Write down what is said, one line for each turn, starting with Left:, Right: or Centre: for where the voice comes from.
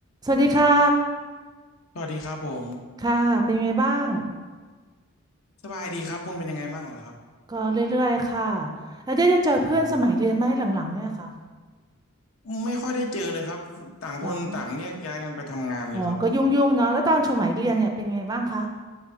Right: สวัสดีค่ะ
Left: สวัสดีครับผม
Right: ค่ะเป็นไงบ้าง
Left: สบายดีครับคุณเป็นยังไงบ้างเหรอครับ
Right: ก็เรื่อยๆค่ะ แล้วได้จะเจอเพื่อนสมัยเรียนไหมหลังๆเนี่ยค่ะ
Left: อืมไม่ค่อยได้เจอเลยครับต่างคนต่างแยกย้ายกันไปทำงานเลยครับผม
Right: เหรออ๋อก็ยุ่งๆเนาะแล้วตอนสมัยเรียนเนี่ยเป็นไงบ้างคะ